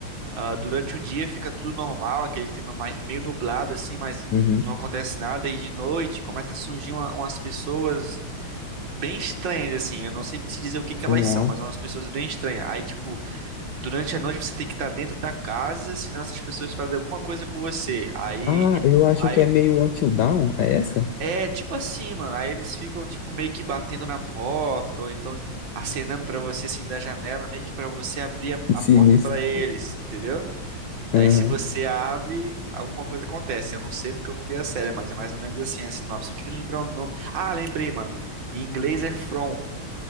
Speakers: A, on the right; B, on the left.
A: Ah, durante o dia fica tudo normal, aquele clima mais meio nublado assim, mas
B: Uhum.
A: não acontece nada. E de noite começa a surgir uma- umas pessoas bem estranhas assim. Eu não sei te dizer o que que elas
B: Nossa.
A: são, mas são umas pessoas bem estranhas. Aí tipo, durante a noite você tem que estar dentro da casa, senão essas pessoas fazem alguma coisa com você. Aí
B: Ah,
A: ele,
B: eu acho
A: aí
B: que é meio Until Dawn, é essa?
A: é tipo assim, mano. Aí eles ficam tipo meio que batendo na porta ou então acenando pra você assim da janela, meio que pra você abrir a, a
B: Sinistro.
A: porta pra eles, entendeu? E
B: Aham.
A: aí, se você abre, alguma coisa acontece. Eu não sei porque eu não vi a série, mas é mais ou menos assim, a sinopse. Eu queria lembrar o nome. Ah, lembrei, mano. Em inglês é From.